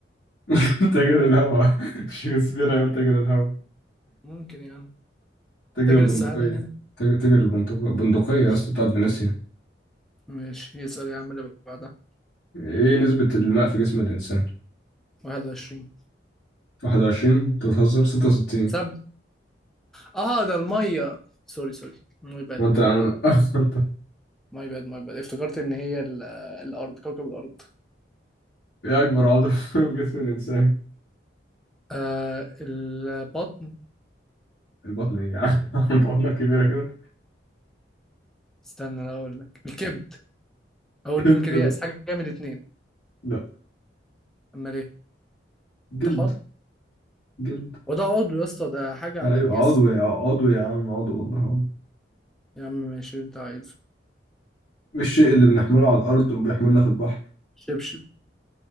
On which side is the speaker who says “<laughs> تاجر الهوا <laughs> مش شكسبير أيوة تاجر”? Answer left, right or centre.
Left